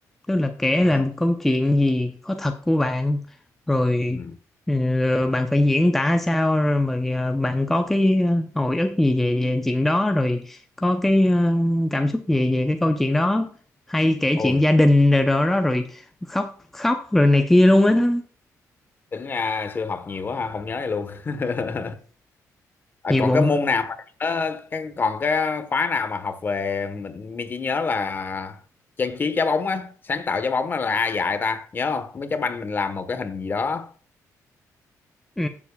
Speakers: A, in the centre; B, on the left.
A: tức là kể
B: ừ,
A: lại một câu chuyện gì có thật của bạn rồi
B: ừ.
A: ờ, bạn phải diễn tả sao rồi mà ờ, bạn có cái ờ, hồi ức gì về, về chuyện đó rồi có cái ờ, cảm xúc gì về cái câu chuyện đó hay kể
B: ôi
A: chuyện gia đình rồi đó, đó rồi khóc khóc rồi này kia luôn á đó
B: tính ra xưa học nhiều quá ha không nhớ gì luôn <laughs> À,
A: nhiều
B: còn
A: bộ
B: cái
A: môn
B: môn nào mà ờ, cái, còn cái khóa nào mà học về mình mình chỉ nhớ là trang trí trái bóng á sáng tạo trái bóng á là ai dạy ta nhớ không mấy trái banh mình làm một cái hình gì đó
A: ừ,